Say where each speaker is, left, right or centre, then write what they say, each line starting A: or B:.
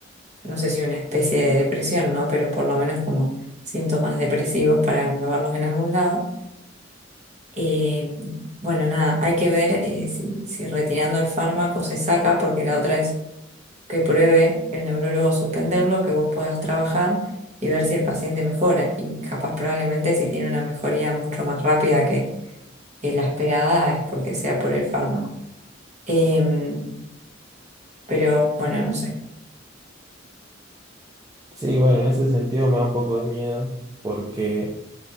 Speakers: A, on the right; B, on the right.
A: no sé si una especie de depresión, ¿no? Pero por lo menos como síntomas depresivos para englobarlos en algún lado. Eh, bueno, nada, hay que ver eh, si, si retirando el fármaco se saca, porque la otra es que pruebe el neurólogo suspenderlo, que vos puedas trabajar y ver si el paciente mejora. Y capaz probablemente si tiene una mejoría mucho más rápida que, que la esperada es porque sea por el fármaco. Em, pero bueno, no sé.
B: Sí, bueno, en ese sentido me da un poco de miedo porque